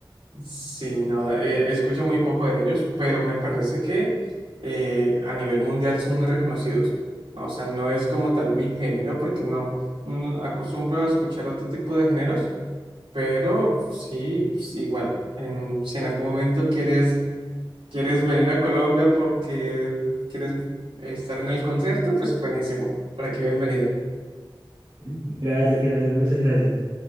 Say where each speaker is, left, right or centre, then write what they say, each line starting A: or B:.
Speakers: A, on the right (about 85°); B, on the right (about 70°).
A: Sí, no, eh, escucho muy poco de ellos, pero me parece que eh, a nivel mundial son muy reconocidos. O sea, no es como tal mi género, porque no, mm, acostumbro a escuchar otro tipo de géneros, pero sí, pues, igual. en- si en algún momento quieres, quieres venir a Colombia porque quieres estar en el concierto, pues buenísimo. Por aquí, bienvenido.
B: Gracias, gracias, muchas gracias.